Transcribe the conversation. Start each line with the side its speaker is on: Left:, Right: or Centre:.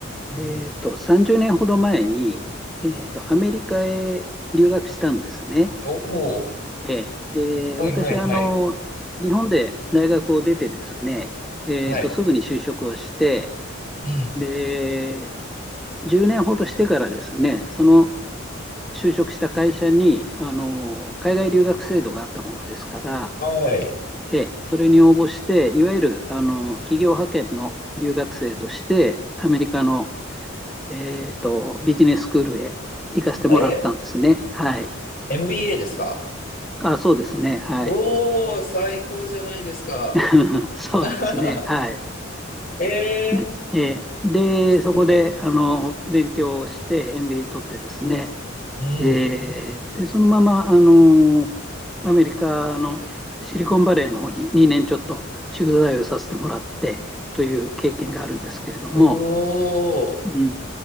Left: うん
Centre: えっと、30年ほど前に、えっと、アメリカへ留学したんですね。
Left: おおー、
Centre: ええで私、
Left: はいはいはい。
Centre: あの、日本で大学を出てですね、えっと、
Left: はい。
Centre: すぐに就職をして、
Left: うん。
Centre: で、10年ほどしてからですね、その就職した会社に、あの、海外留学制度があったものですから、
Left: はい。
Centre: ええ、それに応募して、いわゆる、あの、企業派遣の留学生として、アメリカの、えっと、ビジネススクールへ行かせてもらったんですね。
Left: え、
Centre: はい。
Left: MBA ですか
Centre: あ、そうですね。はい。
Left: おお、最高じゃないですか。
Centre: <laughs> そうですね。
Left: <laughs>
Centre: はい。
Left: ええ
Centre: で、ええでそこで、
Left: すごい。
Centre: あの、勉強をして、MBA 取ってですね、
Left: うん。
Centre: えーで、そのまま、あのーアメリカのシシリコンバレーの方に2年ちょっと駐在をさせてもらってという経験があるんですけれども、
Left: うおー。
Centre: うん、